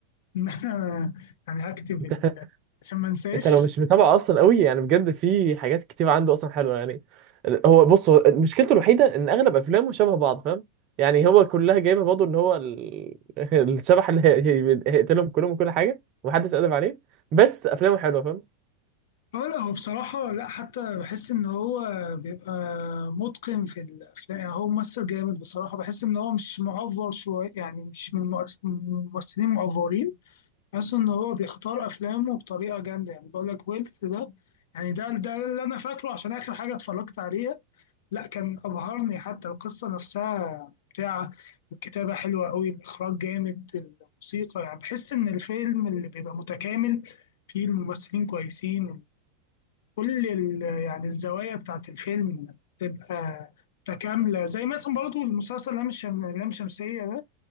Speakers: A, on the left; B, on the right.
A: ان انا يعني اكتب
B: <laughs>
A: ال- عشان ما انساش
B: انت لو مش متابع اصلا قوي يعني بجد في حاجات كتير عنده اصلا حلوه يعني هو بص هو مشكلته الوحيده ان اغلب افلامه شبه بعض فاهم يعني هو كلها جايبها برضه ان هو ال... <laughs> الشبح اللي هي- هي- هيقتلهم كلهم وكل حاجه ومحدش قادر عليه بس افلامه حلوه فاهم
A: اه لا هو بصراحة لا حتى بحس ان هو بيبقى متقن في الافلام يعني هو ممثل جامد بصراحة بحس ان هو مش معفر شوية يعني مش من الممث- من الممثلين المعفرين بحس ان هو بيختار افلامه بطريقة جامدة يعني بقول لك ويلث ده يعني ده ده اللي انا فاكره عشان اخر حاجة اتفرجت عليها لا كان أبهرني حتى القصة نفسها بتاع الكتابة حلوة أوي الإخراج جامد الموسيقى يعني بحس إن الفيلم اللي بيبقى متكامل فيه الممثلين كويسين كل ال- يعني الزوايا بتاعت الفيلم تبقى متكاملة زي مثلا برضو المسلسل لام الشم... لام شمسية ده